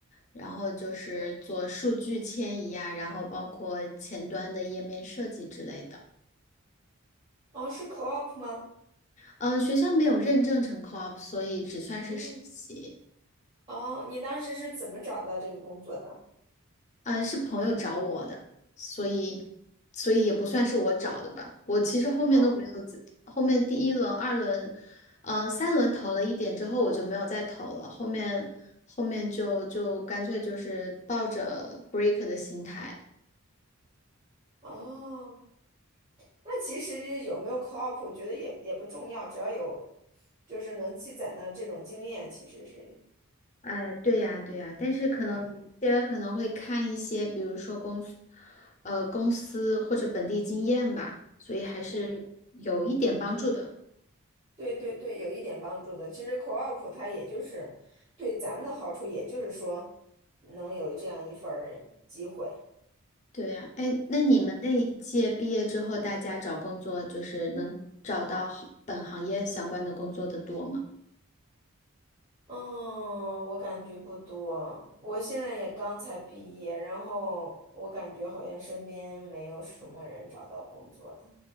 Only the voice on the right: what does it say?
哦，是 co-op 吗？
嗯。哦，你当时是怎么找到这个工作的？
嗯，
哦，那其实有没有 co-op，我觉得也也不重要，只要有就是能积攒的这种经验，其实是
嗯嗯
嗯，对对对，有一点帮助的。其实 co-op 它也就是对咱们的好处，也就是说能有这样一份儿机会。
嗯嗯。
嗯，我感觉不多。我现在也刚才毕业，然后我感觉好像身边没有什么人找到工作的。